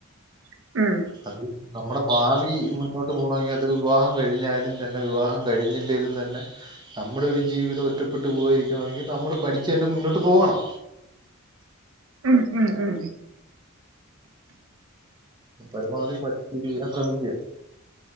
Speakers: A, on the right (about 65°); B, on the right (about 20°).
A: ഉം
B: അത് <unintelligible> നമ്മുടെ ഭാവി മുന്നോട്ട് പോണക്കിൽ അത് വിവാഹം കഴിഞ്ഞായാലും തന്നെ വിവാഹം കഴിഞ്ഞില്ലേലും തന്നെ നമ്മുടെ ഒരു ജീവിതം ഒറ്റപ്പെട്ട് പോവയിരിക്കണമെങ്കി നമ്മള് പഠിച്ച്അന്നെ മുന്നോട്ട് പോവണം
A: ഉം ഉം ഉം
B: ഉം പരമാവധി പഠി <unintelligible> ചെയ്യാൻ ശ്രമിക്ക <unintelligible>